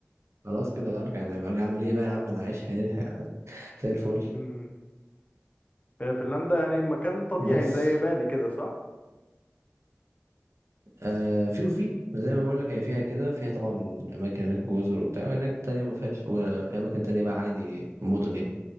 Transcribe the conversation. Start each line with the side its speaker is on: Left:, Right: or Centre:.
Right: خلاص كده ارجع انام ارجع اعمل ايه بقى يا عم انا عايش حياتي <laughs> زي الفل
Left: امم هي فنلندا يعني مكان طبيعي
Right: بس
Left: زي بالي كده صح
Right: آه في وفي زي ما بقول لك هي فيها كده فيها طبعا اماكن هناك جزر وبتاع وهناك تانية ما فيهاش وفي اماكن تانية بقى عادي مدن يعني